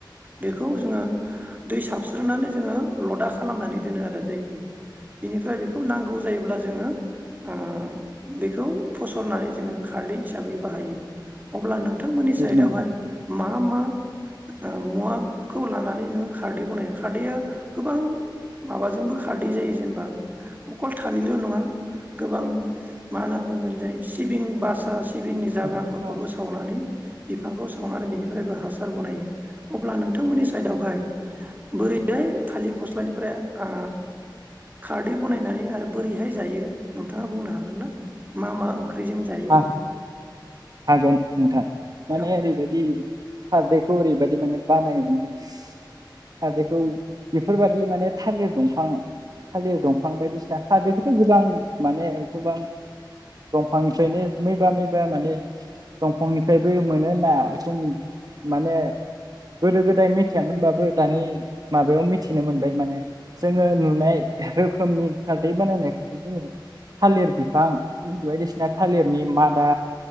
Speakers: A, on the right; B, on the right.
A: बेखौ जोङो दै सा सुथ्रुनानै जोङो लदा खालामनानै दोनो आरो जायखौ बिनिफ्राय बेखौ नांगौ जायोब्ला जोङो ओ बेखौ फसरनानै जोङो खारदै हिसाबै बाहायो अब्ला नों नोंथांमोननि
B: औ
A: साइडआवहाय
B: नोंथां औ नोंथां
A: मा मा? ओ मुवाखौ लानानै नोङो खारदै बनायो खारदैया गोबां माबाजोंबो खारदै जायो जेनेबा अखल थालिरल' नङा। गोबां मा होनना बुंगोन जै सिबिं बासा सिबिंनि
B: उम
A: जाग्राफोरखौबो सावनानै बिफांखौ सावनानै बिनिफ्रायबो हासार बनायो अब्ला नोंथांमोननि साइडआवहाय बोरैहाय थालिर फस्लानिफ्राय आ खारदै बनायनानै आरो बोरैहाय जायो नोंथाङा बुंनो हागोन ना? मा मा ओंख्रिजों जायो
B: हा हागोन नोंथां। माने
A: औ
B: ओरै बादि खारदैखौ ओरैबायदि माने बानायो माने खारदैखौ बेफोरबायदि माने थालिर दंफां थालिर दंफां बायदिसिना खारदैखौथ' गोबां माने गोबां दंफां ओमफ्रायनो मैबा मैबा माने दंफांनिफ्रायबो मोनो होनना जों माने गोदो गोदाय मिथियामोनबाबो दानि माबायाव मिथिनो मोनबाय माने जोङो नुनाय रोखोमनि खारदै बानायनाय जोङो थालिर बिफां बायदिसिना थालिरनि मादा